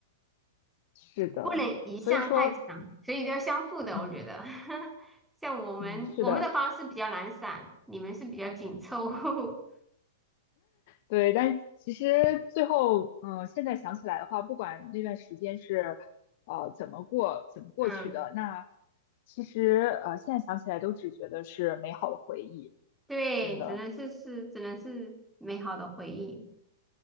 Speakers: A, on the left; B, in the centre.
A: 是的，
B: 不能一项太强，
A: 所以说，
B: 所以都要相互的，
A: 嗯
B: 我觉得。<laughs> 像我们我们的方式比较懒散，
A: 嗯，是的，
B: 你们是比较紧凑。<laughs>
A: 对。但其实最后，嗯、呃现在想起来的话，不管那段时间是呃怎么过怎么过去的，
B: 嗯，
A: 那其实呃现在想起来都只觉得是美好的回忆，
B: 对，
A: 真的。
B: 只能是是只能是美好的回忆。